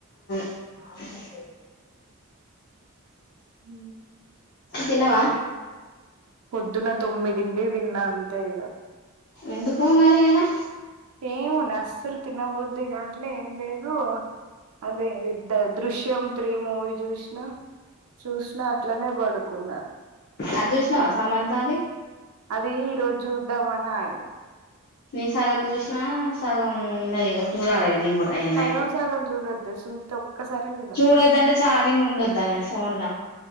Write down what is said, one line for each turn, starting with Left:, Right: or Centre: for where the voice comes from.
Left: ఆలు కర్రీ చేస్తది.
Right: ఊ
Left: తిన్నవా
Right: పొద్దున తొమ్మిదింటికి తిన్న అంతే ఇగ
Left: ఎందుకు మరి అలా
Right: ఎమో అండి అసలు తినబుద్ది కాట్లే ఏం లేదు అదే దృ దృశ్యం త్రి మూవీ జుష్ణ చూసినా అట్లనే పడుకున్నా
Left: అది చూసినావా సమంతాది
Right: అది ఈ రోజ చూద్దాం అని ఆగిన
Left: నెన్ సగం చూసినా సగం ఉన్నదిగ చూడాలే ఇగ నెన్ కూడా అయ్యా
Right: సగం
Left: నైట్
Right: సగం చూడద్దు సుతే ఒక్కసారే చూడాలి
Left: చూడొద్దంటే ఛార్జింగ్ ఉండద్దనే ఫోన్ ల